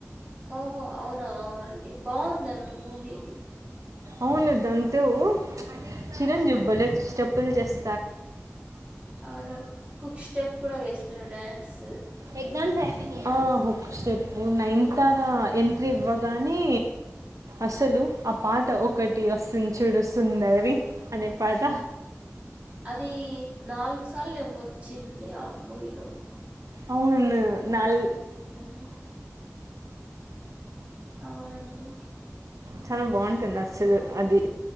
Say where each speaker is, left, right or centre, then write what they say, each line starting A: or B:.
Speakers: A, on the right; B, on the right.
A: ఓహో అవునండి బావుదండి మూవీంది
B: అవును దంతవు చిరంజిబ్బలు చెట్టేపులజెస్
A: అవును హుక్ స్టెప్ కూడా వేస్నావ్ డ్యాన్ స్
B: ఎగ్జామ్స్ అయిన ఆ హుక్ స్టెప్పు నైన్
A: ఉమ్
B: తార ఎంట్రీ ఇవ్వగానే అసలు ఆ పాట
A: ఉమ్
B: ఒకటి వస్సుంది. చూడు సుందరి అనే పాట
A: అది నాలుగు సార్లు ఏమో వచ్చింది ఆ మూవీలోకి
B: అవును నల్
A: మ్మ్ అవును అండి
B: చాలా బాగుంటుంది అసలు అది